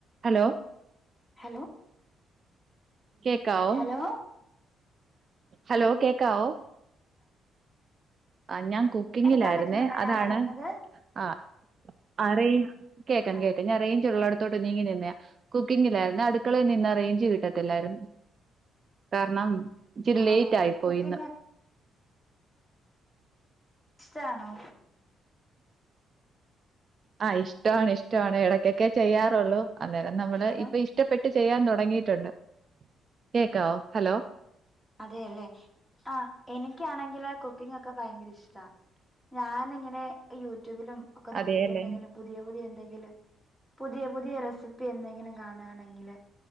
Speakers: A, on the right; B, in the centre.
A: Hello
B: hello
A: കേക്കാവോ
B: hello
A: hello കേക്കാവോ ആ ഞാൻ കുക്കിങ്ങിലായിരുന്നേ
B: എടുക്കാൻ പറ്റുന്നുണ്ടോ
A: അതാണ്
B: ഞാൻ പറയുന്നത്
A: ആഹ് അറിയിം കേക്കാം
B: ആ
A: കേക്കാം ഞാൻറൈഞ്ച് ഉള്ളട തോട്ട് നീങ്ങി നിന്നേ കുക്കിങ്ങിലായിന്നു അടുക്കളയിൽ നിന്ന് റൈഞ്ച് കിട്ടത്തില്ലായിരുന്നു കാർണം ഇച്ചിരി
B: ആണോ
A: ലേറ്റ് ആയിപ്പോയി
B: കുക്കിംഗ്
A: ന്ന്
B: ഇഷ്ടാണോ
A: ആഹ് ഇഷ്ടവാണ് ഇഷ്ടവാണ് ഇടയ്ക്കൊക്കെ ചെയ്യാറുള്ളു അന്നേരം നമ്മള്
B: ഹലോ
A: ഇപ്പൊ ഇഷ്ടപ്പെട്ട് ട്ട് ചെയ്യാൻ തുടങ്ങിയിട്ടുണ്ട് കേക്കാവോ ഹലോ
B: അതേ അല്ലേ ആ എനിക്കാണെങ്കില് കുക്കിംഗ് ഒക്കെ ഭയങ്കര ഇഷ്ടാ ഞാന്ങ്ങനെ യൂട്യൂബിലും ഒക്കെ നോക്കിട്ട്
A: അതെയല്ലേ
B: എന്തെങ്കിലും പുതിയ പുതിയ എന്തെങ്കിലും പുതിയ പുതിയ റെസിപ്പി എന്തെങ്കിലും കാണാണെങ്കില്